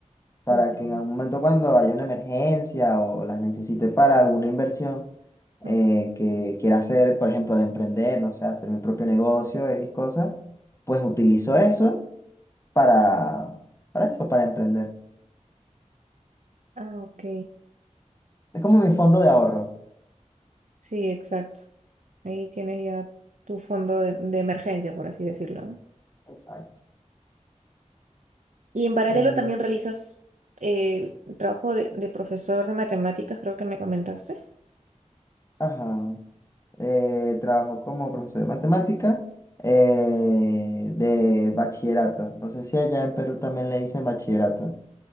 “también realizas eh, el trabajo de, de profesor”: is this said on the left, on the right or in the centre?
Right